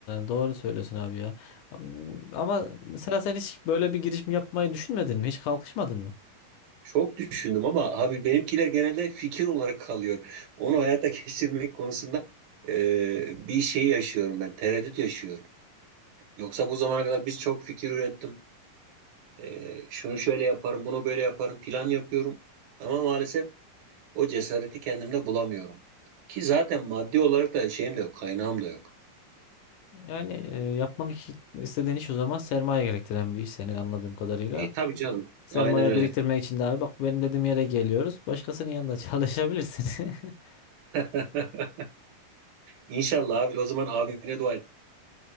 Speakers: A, on the left; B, on the right.
A: doğru söylüyorsun abi ya. Am- Ama mesela sen hiç böyle bir girişim yapmayı düşünmedin mi? Hiç kalkışmadın mı?
B: Çok düşündüm ama abi benimkiler genelde fikir olarak kalıyor. Onu hayata geçirmek <laughs> konusunda e, bir şey yaşıyorum ben, tereddüt yaşıyorum. Yoksa bu zamana kadar biz çok fikir ürettim. E, şunu şöyle yaparım, bunu böyle yaparım, plan yapıyorum. Ama maalesef o cesareti kendimde bulamıyorum. Ki zaten maddi olarak da şeyim de yok, kaynağım da yok.
A: Yani e, yapmak iş- istediğin iş o zaman sermaye gerektiren bir iş senin anladığım kadarıyla.
B: E tabii canım,
A: Sermaye
B: aynen öyle.
A: biriktirmek için de abi bak benim dediğim yere geliyoruz. Başkasının yanında <laughs> çalışabilirsin. <laughs>
B: <laughs> İnşallah abi o zaman abine dua et.